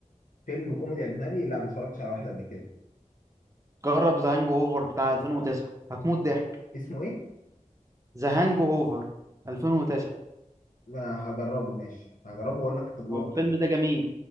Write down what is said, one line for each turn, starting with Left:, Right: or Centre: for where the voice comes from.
Left: فيلم كوميدي اجنبي لا ما اتفرجتش على واحد قبل كده
Right: جرب ذا هانج اوفر بتاع 2009 هتموت ضحك
Left: اسمه ايه؟
Right: ذا هانج اوفر 2009
Left: ما هجربه ماشي هجربه واقول لك التجربه
Right: هو الفيلم
Left: بتاعتي.
Right: ده جميل